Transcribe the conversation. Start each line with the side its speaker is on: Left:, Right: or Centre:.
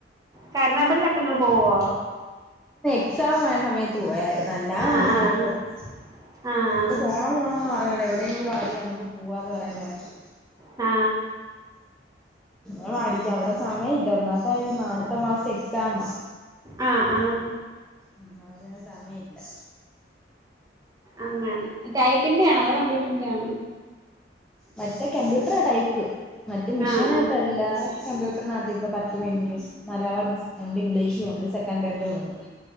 Right: കരുനാപള്ളിക്കെ ഇങ്ങള് പോവോ
Centre: ഉത്സാഹമായ സമയത്ത് പോയര്ന്നു അല്ല
Right: ആഹ്
Centre: ഒന്നും പോവത്തോന്നും
Right: ആഹ് ആഹ് ആഹ്
Centre: പോണം പോണം എവിടെങ്കിലും ആദ്യം നമ്മക്ക് പോവാന്ന് പറയന്നെകേക്കാ
Right: ആ
Centre: ഇങ്ങടിക്ക ഇവിടെ സമയം ഇല്ല ഒന്നാത്തെ അടുത്ത മാസം എക്സാമാ
Right: ആ ആ
Centre: ഉം <unintelligible> സമയല്ല
Right: അങ്ങനെ ടൈപ്പിന്റെ ആണോ അതോ കമ്പ്യൂട്ടറിന്റെ ആണോ
Centre: മറ്റേ കമ്പ്യൂട്ടറാ ടൈപ്പ് മറ്റേ മിഷീനകത്തല്ല
Right: ആഹ് ആഹ്
Centre: കമ്പ്യൂട്ടറിനകത്ത് ഇപ്പ പത്ത് മിൻറ്റ് മലയാളം ണ്ട് രണ്ട് ഇംഗ്ലീഷു ഉണ്ട് സെക്കന്റ് പേപ്പറും ഉണ്ട്